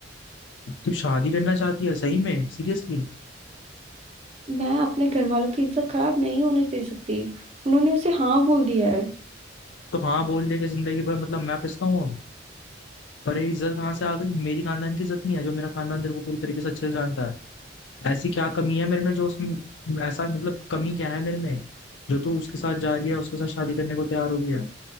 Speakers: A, on the left (about 75°); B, on the right (about 35°).
A: तू शादी करना चाहती है सही में सीरियसली
B: मैं अपने घर वालों की इज्जत खराब नहीं होने दे सकती उन्होंने उसे हाँ बोल दिया है
A: तो हाँ बोल दे कि जिंदगी भर मतलब मैं पिसता हूँ पर ये इज्जत कहाँ से आ गई मेरी खानदान की इज्जत नहीं है जो मेरा खानदान तेरे को पूरी तरीके से अच्छे से जानता है ऐसी क्या कमी है मेरे में जो उसमें ऐसा मतलब कमी क्या है मेरे में जो तू उसके साथ जा रही है उसके साथ शादी करने को तैयार हो गया है